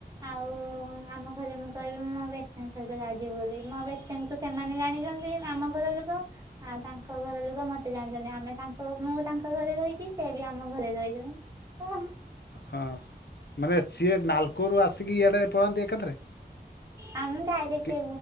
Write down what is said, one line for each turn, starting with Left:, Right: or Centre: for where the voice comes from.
Right: ଆଉ ଆମ ଘରେ ମୁଁ କହିବି, ମୁଁ ମୋ ବେଷ୍ଟଫ୍ରେଣ୍ଡ ସହିତ ଯାଉଛି ବୋଲି। ମୋ ବେଷ୍ଟଫ୍ରେଣ୍ଡକୁ ସେମାନେ ଜାଣିଛନ୍ତି ଆମ ଘର ଲୋକ, ଆଉ ତାଙ୍କ ଘର ଲୋକ ମତେ ଜାଣିଛନ୍ତି। ଆଉ ଆମେ ତାଙ୍କ ମୁଁ ତାଙ୍କ ଘରେ ରହିଛି, ସେ ବି ଆମ ଘରେ ରହିଛନ୍ତି।
Left: ହଁ ମାନେ ସିଏ ନାଲକୋରୁ ଆସିକି ଇଆଡ଼େ ପଳାନ୍ତି ଏକାଥରେ।
Right: ଆମ ଡାଇରେକ୍ଟ
Left: କି